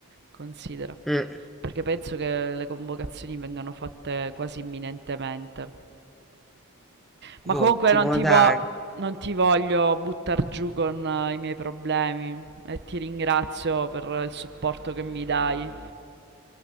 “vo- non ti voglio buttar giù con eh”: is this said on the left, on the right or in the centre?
Right